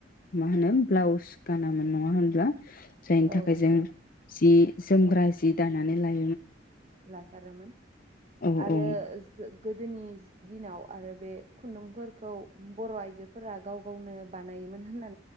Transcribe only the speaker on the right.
औ
नंगौ
ओ
लाथारोमोन
आरो
जों गो दोनि दिनाव आरो बे खुन्दुंफोरखौ बर'आइजोफोरा गाव गावनो बानायोमोन होनना